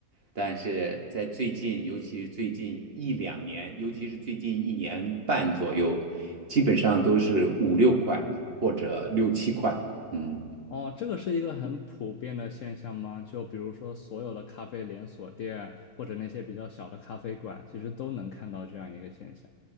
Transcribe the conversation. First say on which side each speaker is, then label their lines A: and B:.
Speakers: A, on the right; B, on the left.
A: 但是在最近，尤其是最近一两年，尤其是最近一年半左右，基本上都是五六块或者六七块。嗯，
B: 哦，这个是一个很普遍的现象吗？就比如说所有的咖啡连锁店或者那些比较小的咖啡馆，其实都能看到这样一个现象。